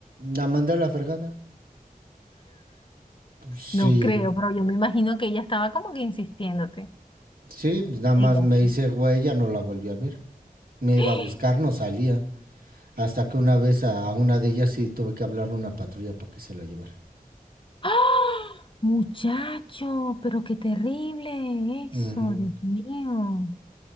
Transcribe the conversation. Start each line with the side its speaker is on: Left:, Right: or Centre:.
Right: la mandé a la fregada. Pues, Sí,
Left: No creo, pero yo me imagino que ella estaba como que insistiéndote.
Right: sí, pues, nada más
Left: Ella,
Right: me
Left: sí.
Right: hice güey, ya no la volví a ver. me iba
Left: <gasps>
Right: a buscar, no salía. Hasta que una vez a, a una de ellas sí tuve que hablar a una patrulla para que se la llevara.
Left: ¡Ah! Muchacho, pero qué terrible eso,
Right: Ujú.
Left: Dios mío.